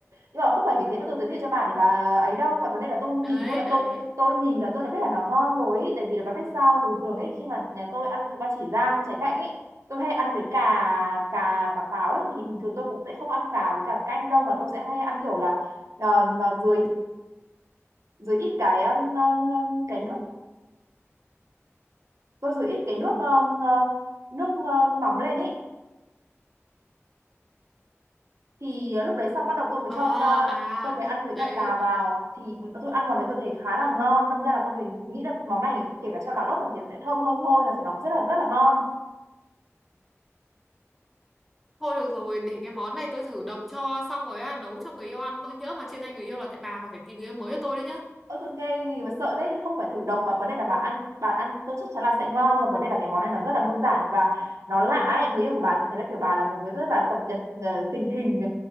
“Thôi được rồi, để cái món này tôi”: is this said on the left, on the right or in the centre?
Centre